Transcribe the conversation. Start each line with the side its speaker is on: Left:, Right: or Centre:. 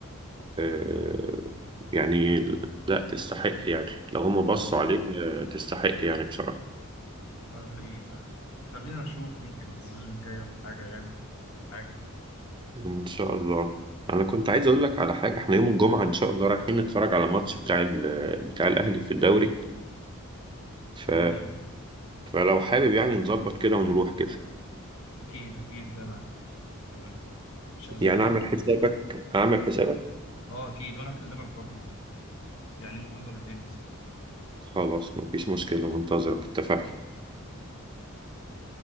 Right: آه، يعني لا تستحق يعني لو هم
Left: آه
Right: بصوا عليه آه، تستحق يعني بصراحة
Left: لا ده حقيقي فعلا خلينا نشوف يمكن السيزون الجاي ولا حاجة يعني حاجة
Right: إن شاء الله أنا كنت عايز أقول لك على حاجة إحنا يوم الجمعة إن شاء الله رايحين نتفرج على ماتش بتاع ال... بتاع الأهلي في الدوري ف...
Left: تمام
Right: فلو حابب يعني نظبط كده ونروح كده
Left: أكيد أكيد جاي معاكم تمام مش عايز
Right: يعني
Left: حاجة؟
Right: أعمل حسابك أعمل حسابك
Left: آه أكيد وأنا هكلمك برضو يعني النهاردة بالليل مثلا
Right: خلاص مفيش مشكلة منتظرك اتفقنا
Left: سلام